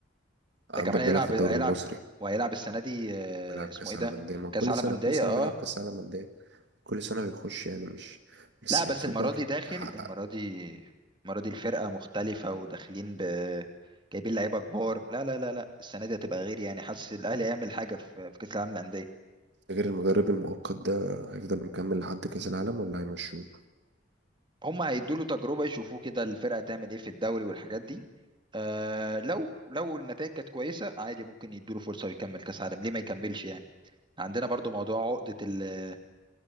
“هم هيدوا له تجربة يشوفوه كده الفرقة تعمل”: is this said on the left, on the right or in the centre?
Right